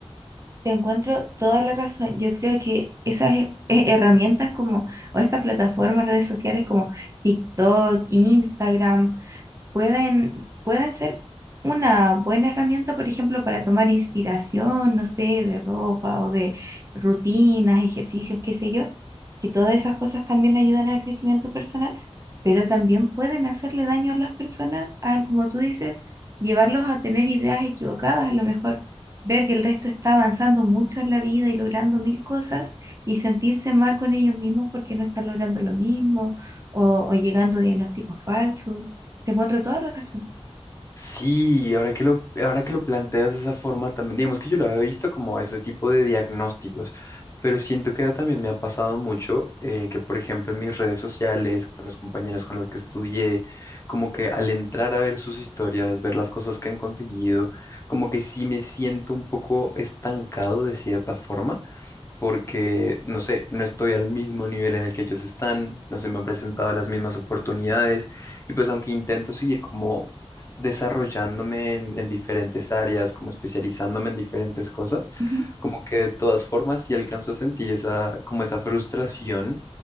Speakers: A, on the right; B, on the left.
A: Te encuentro toda la razón. Yo creo que esas he- he- herramientas como, o estas plataformas, redes sociales como TikTok, Instagram, pueden, pueden ser una buena herramienta, por ejemplo, para tomar inspiración, no sé, de ropa o de rutinas, ejercicios, qué sé yo, que todas esas cosas también ayudan al crecimiento personal, pero también pueden hacerle daño a las personas al, como tú dices, llevarlos a tener ideas equivocadas, a lo mejor ver que el resto está avanzando mucho en la vida y logrando mil cosas y sentirse mal con ellos mismos porque no están logrando lo mismo o, o llegando a diagnósticos falsos. Te encuentro toda la razón.
B: Sí, ahora que lo, ahora que lo planteas de esa forma también, digamos que yo lo había visto como ese tipo de diagnósticos, pero siento que también me ha pasado mucho eh, que, por ejemplo, en mis redes sociales, con los compañeros con los que estudié, como que al entrar a ver sus historias, ver las cosas que han conseguido, como que sí me siento un poco estancado de cierta forma porque, no sé, no estoy al mismo nivel en el que ellos están, no se me han presentado las mismas oportunidades y pues aunque intento seguir como desarrollándome en, en diferentes áreas, como especializándome en diferentes cosas,
A: Ujú,
B: como que de todas formas sí alcanzo a sentir esa, como esa frustración